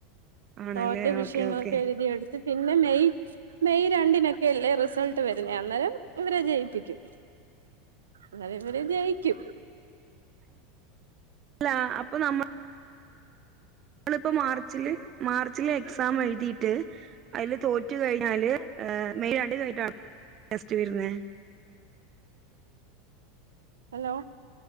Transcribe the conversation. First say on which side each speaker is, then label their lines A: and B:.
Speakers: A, on the right; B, on the right.
A: ആണല്ലേ
B: തോറ്റ വിഷയങ്ങളൊക്കെ
A: ഓക്കെ ഓക്കെ
B: എഴുതിെടുത്ത് പിന്നെ മെയറ്റ് മെയ് രണ്ടിനൊക്കെയല്ലേ റിസൾട്ട് വരുന്നെ അന്നേരം ഇവരെ ജയിപ്പിക്കും അന്നേരം ഇവര് ജയിക്കും
A: അല്ല അപ്പൊ നമ്മ ഞമ്മളിപ്പോ മാർച്ചില് മാർച്ചില് എക്സാം എഴുതിയിട്ട് അതില് തോറ്റു കഴിഞ്ഞാല് മെയ് രണ്ട് കഴിഞ്ഞിട്ടാണ് ടെസ്റ്റ് വരുന്നത്
B: ഹലോ